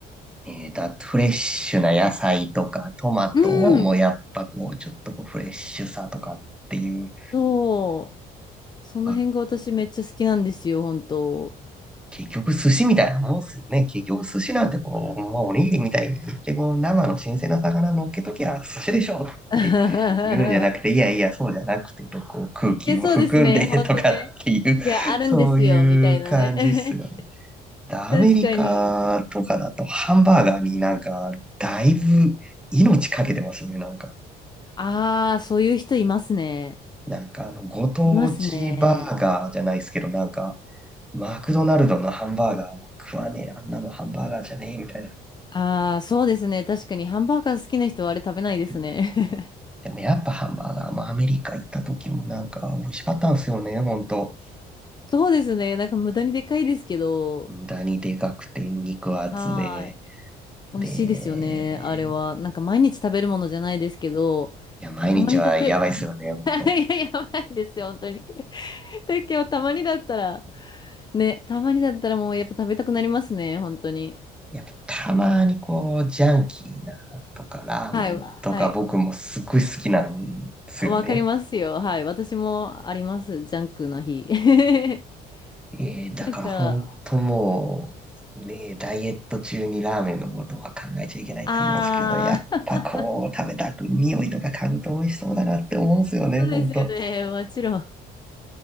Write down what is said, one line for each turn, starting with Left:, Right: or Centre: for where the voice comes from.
Centre: えーと、あとフレッシュな野菜とかトマトもやっぱこうちょっとこうフレッシュさとかっていう、
Left: うん。そう。その辺が私めっちゃ好きなんですよ、
Centre: まあ
Left: 本当。
Centre: 結局寿司みたいなもんっすよね。結局寿司なんてこう、まあ、おにぎりみたいにでこう、生の新鮮な魚乗っけときゃ寿司でしょって言うんじゃなくて、
Left: <laughs>
Centre: いやいや、そうじゃなくてと、こう空気を含んでとかっていう、
Left: え、そうですね。本当ね。いや、あるんですよ、
Centre: そういう感じっすよね。
Left: みたいなね。<laughs>
Centre: でアメリカとかだとハンバーガーになんか、
Left: 確かに。
Centre: だいぶ命かけてますよね、なんか。
Left: ああ、そういう人いますね。
Centre: なんかあの、ご当地バーガーじゃないですけど、
Left: いますね。
Centre: なんか、マクドナルドのハンバーガーは食わねえ、あんなのハンバーガーじゃねえみたいな。
Left: ああ、そうですね。確かにハンバーガー好きな人はあれ食べないですね。
Centre: うん
Left: <laughs>
Centre: でもやっぱハンバーガーもアメリカ行った時もなんか美味しかったんですよね、ほんと。
Left: そうですね。なんか無駄にでかいですけど、
Centre: 無駄にでかくて肉厚で。
Left: はーい。美味しいですよね。
Centre: で、
Left: あれは。なんか毎日食べるものじゃないですけど、
Centre: いや、毎日はやばいっすよね、
Left: たまに食べ、
Centre: ほんと。
Left: <laughs> いや、やばいですよ、本当に。<laughs> だけど、たまにだったら、ね、たまにだったらもうやっぱ食べたくなりますね、本当に。
Centre: やっぱたまにこう、ジャンキーなとかラーメンとか僕もすっごい好きなんですよね。
Left: はい、はい。わかりますよ。はい。私もあります。ジャンクな日。<laughs>
Centre: えー、だから本当もう、
Left: なんか、
Centre: ね、ダイエット中にラーメンのことは考えちゃいけないと思うんですけど、
Left: ああ、
Centre: やっぱこう、
Left: <laughs>
Centre: 食べたく、匂いとか嗅ぐと美味しそうだなって思うんですよね、
Left: そうですよね。
Centre: 本当。
Left: もちろん。